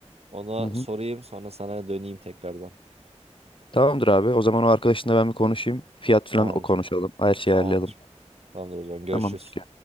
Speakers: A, on the right; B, on the left.
A: Ona
B: hı hı.
A: sorayım. Sonra sana döneyim tekrardan.
B: Tamamdır abi. O zaman o arkadaşınla ben bir konuşayım. Fiyat falan
A: Tamamdır.
B: o konuşalım. Her şeyi
A: Tamamdır.
B: ayarlayalım.
A: Tamamdır o zaman. Görüşürüz.
B: Tamamdır.